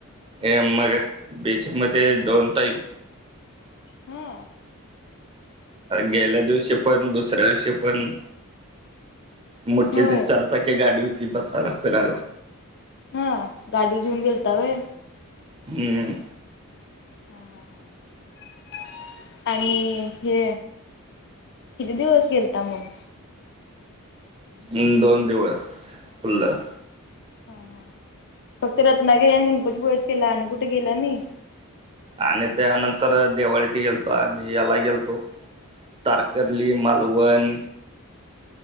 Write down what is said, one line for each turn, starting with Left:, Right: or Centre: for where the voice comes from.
Right: ए मग बीच मध्ये दोन टाईम
Left: हम्म.
Right: गेल्या दिवशी पण दुसऱ्या दिवशी पण मोठीे
Left: होय
Right: ती चारचाकी गाडी होती बसायला फिरायला.
Left: हा गाडी घेऊन गेलता होय?
Right: हम्म.
Left: हा हा ह आणि हे किती दिवस गेलता मग?
Right: हम्म, दोन दिवस फुल्ल.
Left: हा हा फक्त रत्नागिरी आणि गणपतीपुळेच केला आणि कुठे गेला नही!
Right: आणि त्यानंतर दिवाळीत गेलतो आम्ही याला गेलतो. तारकर्ली, मालवण.